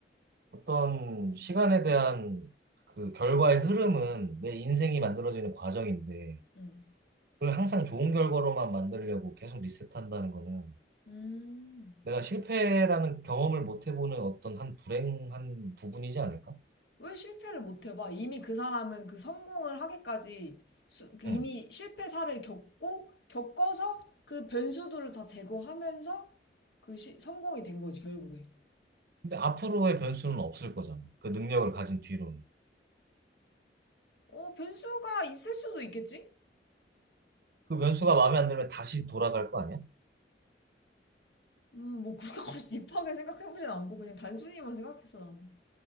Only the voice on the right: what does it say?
어떤 시간에 대한 그 결과의 흐름은 내 인생이 만들어지는 과정인데,
그걸 항상 좋은 결과로만 만들려고 계속 리셋한다는 거는
내가 실패라는 경험을 못 해보는 어떤 한 불행한 부분이지 않을까?
응.
근데 앞으로의 변수는 없을 거잖아. 그 능력을 가진 뒤로는.
그 변수가 마음에 안 들면 다시 돌아갈 거 아니야?